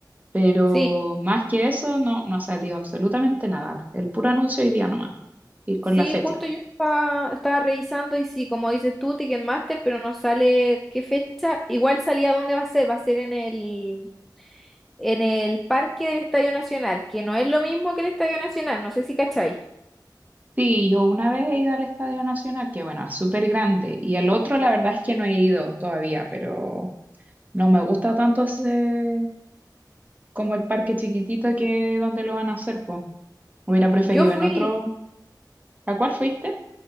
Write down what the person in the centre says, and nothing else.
Sí.
Sí,
justo yo estaba, estaba revisando y sí, como dices tú, Ticketmaster, pero no sale qué fecha. Igual salía dónde va a ser, va a ser en el, en el parque del Estadio Nacional, que no es lo mismo que el Estadio Nacional, no sé si cacháis.
Yo fui,